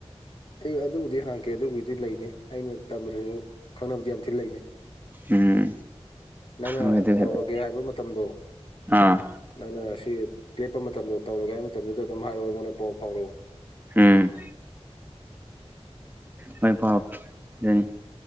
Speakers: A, on the left (about 55°); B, on the right (about 15°).
A: ꯑꯩ ꯑꯗꯨꯕꯨꯗꯤ ꯍꯥꯡꯀꯦ ꯑꯗꯨꯕꯨꯗꯤ ꯂꯩꯅꯤ ꯑꯩꯅ ꯇꯝꯗ꯭ꯔꯁꯨ ꯈꯪꯅꯕꯗꯤ ꯌꯥꯝ ꯊꯤꯅ ꯂꯩꯅꯩ
B: ꯎꯝ
A: ꯅꯪꯅ
B: ꯍꯣꯏ ꯑꯗꯨ
A: ꯇꯧꯔꯒꯦ
B: ꯍꯥꯏꯐꯦꯠ
A: ꯍꯥꯏꯕ ꯃꯇꯝꯗꯣ
B: ꯑꯥ
A: ꯅꯪꯅ ꯑꯁꯤ ꯂꯦꯞꯄ ꯃꯇꯝꯗꯣ ꯇꯧꯔꯒꯦ ꯍꯥꯏꯕ ꯃꯇꯝꯗꯨꯗ ꯑꯗꯨꯝ ꯍꯥꯏꯔꯛꯑꯣ ꯑꯩꯉꯣꯟꯗ ꯄꯥꯎ ꯐꯥꯎꯔꯛꯑꯣ
B: ꯎꯝ ꯃꯥꯏ ꯄꯥ ꯑꯗꯨꯅꯤ